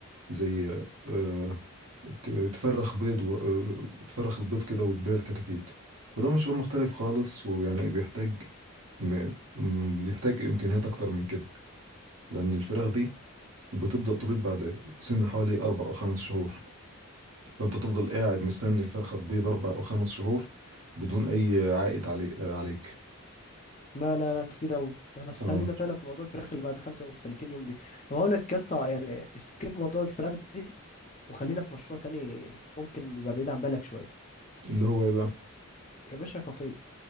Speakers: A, on the right (about 80°); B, on the left (about 30°).
A: زي آه ت- تفرخ بيض و... آه، تفرخ البيض كده وتبيع الكتاكيت فده مشروع مختلف خالص ويعني بيحتاج م... م- بيحتاج إمكانيات أكتر من كده لأن الفراخ دي بتبدأ تبيض بعد سن حوالي أربع أو خمس شهور فأنت تفضل قاعد مستني الفرخة تبيض أربع أو خمس شهور بدون أي عائد علي... آه، عليك
B: لا لا لا كتير قوي احنا خلينا
A: اه
B: فعلا في موضوع الفراخ اللي بعد 35 يوم دي طب هقول لك يا اسطى يعني سكيب موضوع الفراخ دي وخلينا في مشروع تاني ممكن يبقى بعيد عن بالك شوية
A: اللي هو إيه بقى
B: يا باشا كافيه